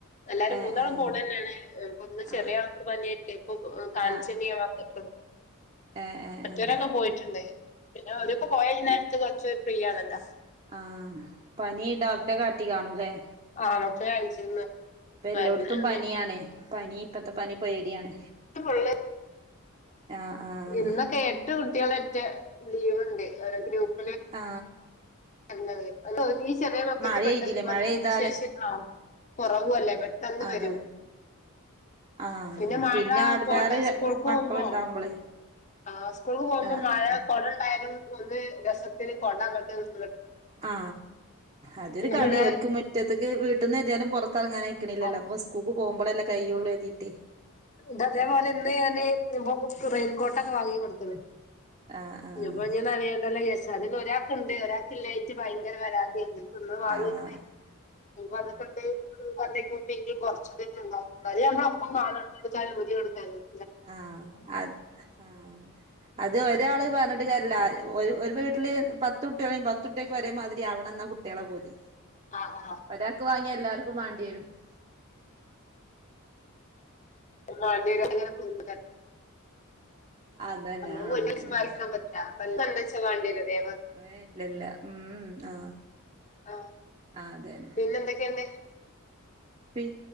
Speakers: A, on the left (about 35°); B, on the right (about 30°).
A: എല്ലാരും
B: ഏഹ്
A: മൂന്നാളം
B: ഏഹ്
A: പോണ തന്നെയാണ് ഇപ്പൊ ഇന്ന് ചെറിയ
B: ആഹ്
A: ആക്ക് പനിയായിട്ട ഇപ്പൊ കാണിച്ചിട്ട
B: ആഹ്
A: വന്നിട്ടത്
B: ഏഹ് ഏഹ്
A: മറ്റോരൊക്കെ
B: ഏഹ്
A: പോയിട്ടുണ്ട് പിന്ന ഓരിപ്പോ
B: ആഹ്
A: പോയാ ഈ നേരത്ത് ചെ ഫ്രീ ആണല്ലോ
B: ആ പനി ഡോക്ടറെ കാട്ടി കാണൂല്ലേ?
A: ആണൊക്കെ കാണിച്ചിന്ന്
B: ഇപ്പ
A: മരുന്നുണ്ട്
B: എല്ലോടത്തും പനിയാണ് പനി ഇപ്പത്തെ പനി പോയ യാണ്
A: ത്ത് ഫുള്ള്
B: ആഹ് ആഹ്
A: ഇന്നൊക്കെ എട്ട് കുട്ടികളെ മറ്റ് ലീവുണ്ട് ഓരെ ഗ്രൂപ്പ്‌
B: ആ
A: അല്ലത് <unintelligible> ഈ ചെറിയ മക്കക്ക്
B: മഴെയ്തില്ലേ
A: പെട്ടന്ന് പ്രധിരോധശേഷി
B: മഴെയ്താല്
A: ആവും കുറവു അല്ലേ പെട്ടെന്ന്
B: അതാണ്
A: വരും
B: ആഹ്
A: പിന്നെ മഴ
B: ആട്
A: കൊട്
B: വേറെ
A: സ്കൂൾക്ക് പോകുമ്പോ
B: മക്കളുണ്ടാവുമ്പളേ
A: ആ സ്കൂൾക്ക് പോകുമ്പോ
B: ആഹ്
A: മഴ കൊട ഉണ്ടായാലും ഒന്ന് രസത്തിന് കൊട അങ്ങട്ട് ഇങ്ങ്
B: ആ അതൊരു
A: ഇവിടെ
B: കളി ഓൽക്ക് മുറ്റത്ത്ക്ക്‌ വീട്ടന്ന് ഏതാലും പൊർ ഇപ്പങ്ങനെ അയക്കണില്ലല്ലോ
A: ആഹ്
B: അപ്പോ സ്കൂക്ക് പോകുമ്പളല്ലേ കൈയ്യുള്ളു എതി ഏഹ്
A: ദ അതേപോലെ എന്ത് ചെയ്യാന് <unintelligible> പോകുമ്പോ റെയിൻ കോട്ടക്ക വാങ്ങി കൊടുക്കെന്നെ
B: ആഹ് ആഹ്
A: ഇനിപ്പോ ഇനി നനയണ്ടല്ലോ <unintelligible> ഒരാക്ക് ഒണ്ട് ഒരാക്കില്ലേ നിക്ക് ഭയങ്കര പരാതിയാരുന്നു ഒന്ന് വാങ്ങിയിരുന്നേൽ
B: ആഹ്
A: <inaudible> <unintelligible>
B: അതെ
A: കരയാണ് അപ്പം വാളു <unintelligible>
B: ആഹ് അത് ആ അത് ഒരാള് പറഞ്ഞിട്ട് കാരല്യ ല്ല ഒരു വീട്ടില് പത്ത് കുട്ടികളും പത്തുട്ടിക്ക് ഒരേ മാതിരി ആവണം എന്നാ കുട്ടികളെ ബൂതി
A: ആഹ് ആഹ്
B: ഒരാക്ക് വാങ്ങിയാ എല്ലാർക്കും വാണ്ടി വരും ഉം
A: <unintelligible>
B: അതന്നെ
A: അത്
B: ആഹ്
A: ഒരീസം
B: അങ്ങനെന്നെ
A: മാറി നിക്കാൻ പറ്റൂല ൻകേന്ദച്ചാ വാണ്ടിരുവേ
B: അതേ ഇല്ലില്ല ആ
A: ആഹ്
B: ആ അതെന്നെ
A: പിന്നെ എന്തൊക്കെയുണ്ട്
B: പി